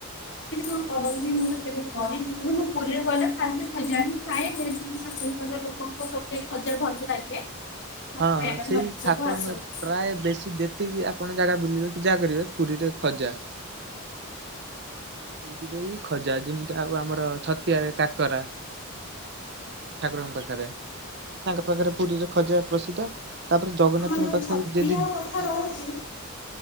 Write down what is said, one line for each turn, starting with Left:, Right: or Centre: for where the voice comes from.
Left: <unintelligible> ମୁଁ ତ କେବେ କରିନି କିନ୍ତୁ ମୁଁ ପୁରୀରେ ଗଲେ ଫାଷ୍ଟେ ଖଜା ହିଁ ଖାଏ ଯେହେତୁ ମୋ ଶାଶୁଘର ଲୋକ। ଙ୍କୁ ସବୁଠେଇ ଖଜା ଭଲ ଲାଗେ। ତାପରେ
Right: ହଁ ହଁ
Left: ଆମେ
Right: ସେଇ
Left: ଧରିକି ସବୁ
Right: ଠାକୁରଙ୍କ
Left: ଆସୁ। ହଁ
Right: ପ୍ରାୟେ ବେଶୀ ଯେ ସେଠିକି ଆପଣ ଜାଗା ବୁଲିବେ କି ଯାହା କରିବେ ପୁରୀରେ ଖଜା ପୁରୀରେ ହିଁ ଖଜା ଯେମିତି ଆଉ ଆମର ଛତିଆରେ କାକରା ସେ ଠାକୁର ଙ୍କ ପାଖରେ ତି ତାଙ୍କ ପାଖରେ ପୁରୀରେ ଖଜା ପ୍ରସିଦ୍ଧ ତାପରେ ଜଗନ୍ନାଥଙ୍କ
Left: ଆମର ଯୋଉ
Right: ପାଖକୁ
Left: ଛତିଆ
Right: ଯଦି
Left: କଥା
Right: ଯି
Left: ରହୁଛି